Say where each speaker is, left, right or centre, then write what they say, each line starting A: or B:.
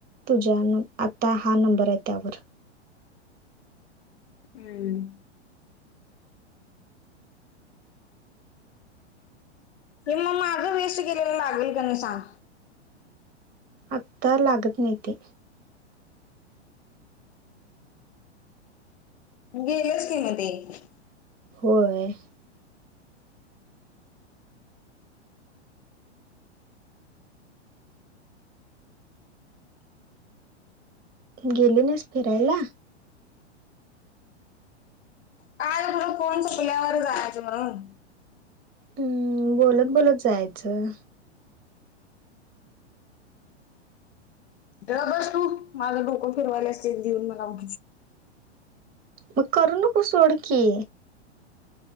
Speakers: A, on the right; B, on the left.
A: तुझ्या नं,, आता हा नंबर आहे त्यावर.
B: हम्म. हे मग माझं वेस्ट केलेला लागेल का नाही सांग.
A: आत्ता लागत नाही ते.
B: गेलच कि म तेऽ
A: होय, गेली नाहीस फिरायला.?
B: काय तुज कोण चुकल्यावर जायचं म्हणूनऽ
A: हम्म,, बोलत बोलत जायचं.
B: ग बस तू,, माझं डोकं फिरवायला स, एक देऊन मलाऽ
A: मग करू नकू सोडकीी.